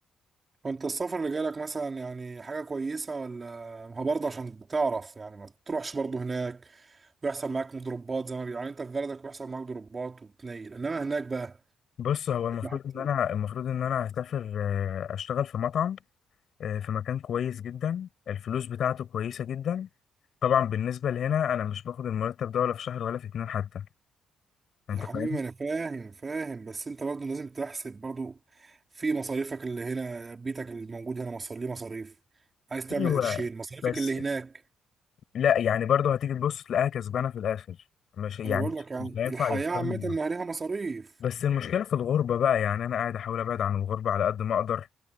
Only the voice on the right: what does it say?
فانت السفر اللي جالك مثلا يعني حاجة كويسة ولا ما هو برضه عشان تعرف يعني ما تروحش برضه هناك بيحصل معاك مضروبات زي ما بي- يعني انت في بلدك بيحصل معاك ضربات وبتنيل انما هناك بقى
هيبقى حاجة
تانية.
يا حبيبي
ما انا فاهم فاهم بس انت برضه لازم تحسب برضه في مصاريفك اللي هنا بيتك الموجود هنا مصاري ليه مصاريف عايز تعمل
قرشين مصاريفك
اللي هناك
انا بقول
لك يعني
الحياه
عامه
ما ليها مصاريف